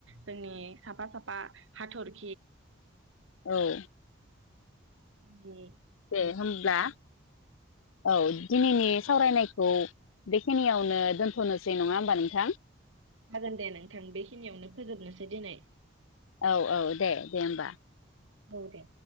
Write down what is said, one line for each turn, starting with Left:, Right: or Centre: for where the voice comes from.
Right: जोंनि साफा साफा हाथर
Left: औ
Right: दे
Left: दे होमब्ला औ दिनैनि सावरायनायखौ बेखिनियावनो दोनथनोसै नङा होमबा नोंथां?
Right: हागोन दे नोंथां बेखिनियावनो फोजोबनोसै दिनै।
Left: औ औ दे दे होमबा
Right: औ दे।